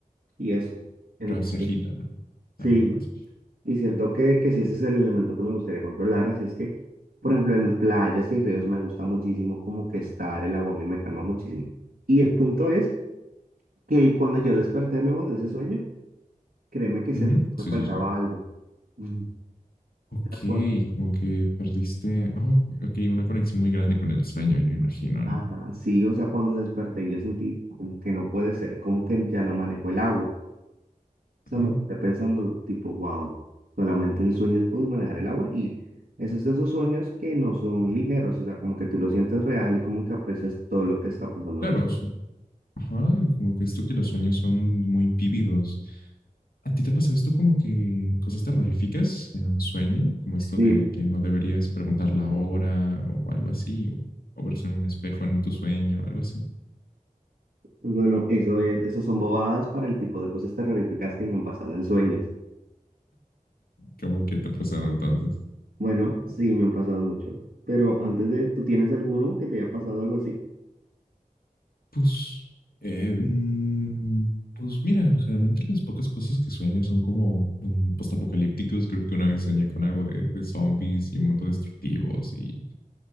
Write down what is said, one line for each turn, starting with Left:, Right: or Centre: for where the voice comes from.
Right: y eso. En-
Left: Pero se agita, ¿no? También
Right: Sí,
Left: con eso.
Right: y siento que, que sí, ese es el elemento que me gustaría controlar, así es que, por ejemplo, en playas y ríos me gusta muchísimo como que estar, el agua a mí me calma muchísimo. Y el punto es que cuando yo desperté luego de ese sueño, créeme que
Left: Ujú,
Right: sentí que me
Left: Sí,
Right: faltaba
Left: sí, sí.
Right: algo. <laughs>
Left: Ok,
Right: O sea, cuando
Left: como que perdiste, oh, ok, una conexión muy grande con el sueño, yo imagino,
Right: Ajá,
Left: ¿no?
Right: sí, o sea, cuando desperté yo sentí como que no puede ser, como que ya no manejo el agua. O sea,
Left: Ujú.
Right: me quedé pensando tipo, wow, solamente en sueños puedo manejar el agua y esos de esos sueños que no son ligeros, o sea, como que tú lo sientes real y como que aprecias todo lo que está pasando
Left: Claro,
Right: en el sueño.
Left: Ajá, como que esto que los sueños son muy vívidos. ¿A ti te ha pasado esto como que cosas terroríficas en un sueño? Como esto
Right: Sí,
Left: de que no deberías preguntar la hora o algo así, o, o verse en un espejo en tu sueño, algo así.
Right: bueno, eso es, eso son bobadas para el tipo de cosas terroríficas que me han pasado en sueños.
Left: ¿Cómo que te ha pasado entonces?
Right: Bueno, sí, me han pasado mucho, pero antes de, ¿tú tienes alguno que te haya pasado algo así?
Left: Pues, eh, mm, pues mira, generalmente las pocas cosas que sueño son como mm, postapocalípticos. Creo que una vez soñé con algo de, de zombies y un mundo destructivos y